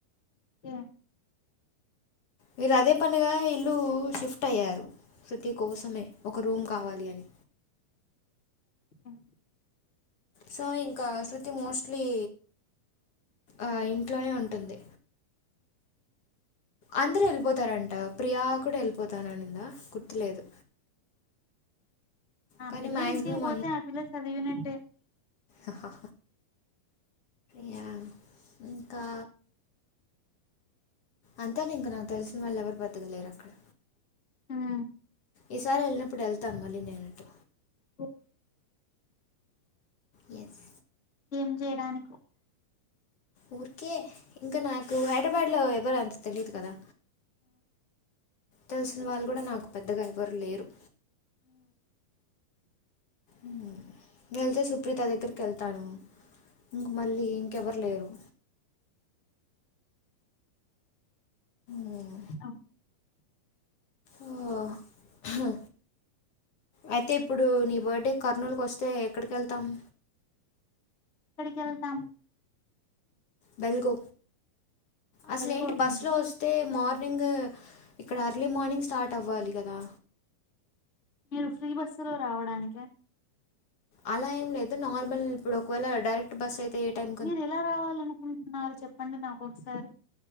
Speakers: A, on the left; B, on the left.
A: ఎ
B: విల్ అదే పనిగా ఇల్లు షిఫ్ట్ అయ్యారు శుతి కోసమే ఒక రూమ్ కావాలి అని
A: మ్
B: సో ఇంకా శృతి మోస్ట్లీ అ ఇంట్లోనే ఉంటుంది అందరూ ఏళ్ళిపోతారంట ప్రియా కూడా ఏళ్ళిపోతాననిందా గుర్తులేదు
A: ఆ
B: కానీ
A: పిల్ల
B: మ్యాక్సిమం
A: ఇంటికి వొతే ఆ పిల్ల సదివినట్టే
B: అహహా య ఇంకా అంతే లే ఇంక నాక్ తెలిసిన వాళ్ళు ఎవరు బెతకలేర్ అక్కడ
A: ఊమ్
B: ఈసారి ఏళ్ళినప్పుడు ఏళ్తాను మళ్ళీ నేనట్టు
A: ఓ
B: యస్
A: ఏం చేయడానికో
B: ఊర్కే ఇంకా నాకు హైదరాబాడ్ లో ఎవరు అంత తెలిదు కదా తెలిసిన వాళ్ళు గూడా నాకు పెద్దగా ఎవరు లేరు
A: ఉం
B: ఉమ్ వెళ్తే సుప్ర్రిత దగ్గరిక్ ఏళ్తాను ఇంక్ మళ్ళీ ఇంకెవర్ లేరు ఊమ్మ్
A: ఔ
B: ఆ హ్ అయితే ఇప్పుడు నీ బర్త్డే కర్నూలుకి ఒస్తే ఎక్కడికెల్తామ్
A: క్కడికెల్తామ్
B: బెల్గో అసలే
A: వెలుగవుతుంది
B: ఏంటి బస్సులో ఒస్ తే మార్నింగ్ ఇక్కడ అర్లీ మార్నింగ్ స్టార్ట్ అవ్వాలి గదా
A: మీరు ఫ్రీ బస్సు లో రావడానిక
B: అలా ఏం లేదు నార్మల్ ఇప్పుడు ఒకవేళ డైరె ట్ బస్ అయితే ఏ టైం
A: మీరు ఎలా రావాలనుకుంటున్నారు చెప్పండి నాక్ ఒకసారి